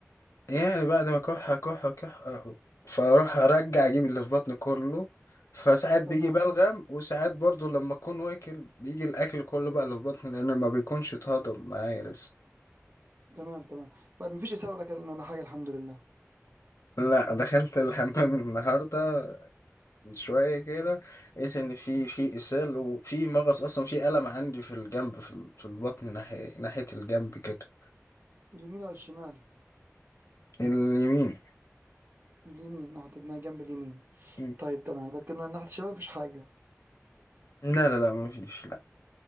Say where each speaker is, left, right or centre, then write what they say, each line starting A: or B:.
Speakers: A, on the left; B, on the right.
A: يعني بعد ما كح كح كح فاروح ارجع اجيب اللي في بطني كله فساعات بيجي
B: تمام
A: بلغم وساعات برضو لما اكون واكل بيجي الاكل كله بقى اللي في بطني لان ما بيكونش اتهضم معايا لسه
B: تمام تمام طيب مفيش إسهال ولا كلام ولا حاجة الحمد لله
A: لا دخلت الحمام <laughs> النهارده من شويه كده لقيت ان في في اسهال وفي مغص اصلا في الم عندي في الجنب في ال- في البطن ناحيه ناحيه الجنب كده
B: اليمين ولا الشمال
A: اليمين
B: اليمين ناحية دماغ جنب اليمين
A: مم.
B: طيب تمام لكن ناحية الشمال مفيش حاجة
A: لا لا لا ما فيش لا